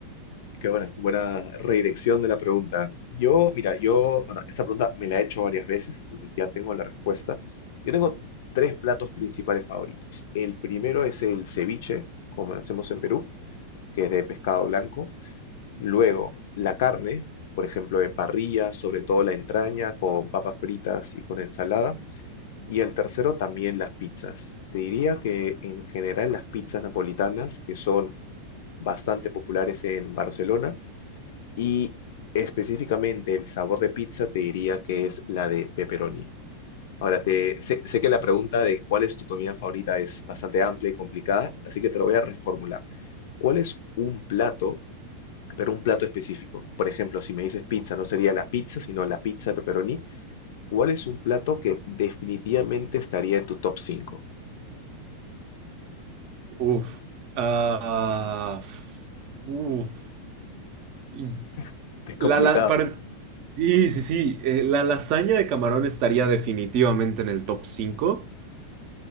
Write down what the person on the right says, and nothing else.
Uf. Ah, uf. Y
La, la- para, sí, sí, sí. eh, la lasaña de camarón estaría definitivamente en el top 5.